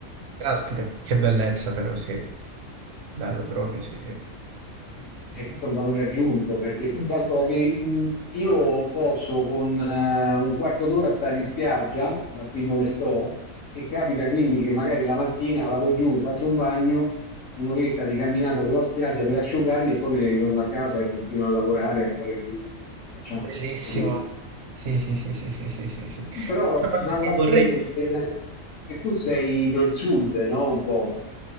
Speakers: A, on the right (about 70°); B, on the left (about 60°).
A: caspita, che bellezza però, sì. Bello proprio, sì, sì.
B: E questo è un valore aggiunto perché tu calcola che mh, io posso con eh, un quarto d'ora stare in spiaggia, da qui dove sto, e capita quindi che magari la mattina vado giù, faccio un bagno, un'oretta di camminata sulla spiaggia per asciugarmi e poi me ne ritorno a casa e continuo a lavorare, a fare quello che facciamo,
A: Bellissimo.
B: capito?
A: Sì, sì, sì, sì, sì, sì, sì, sì.
B: Però
A: L'altra parte
B: dall'accento
A: che vorrei...
B: mi sembra che tu sei del sud, no? Un po'.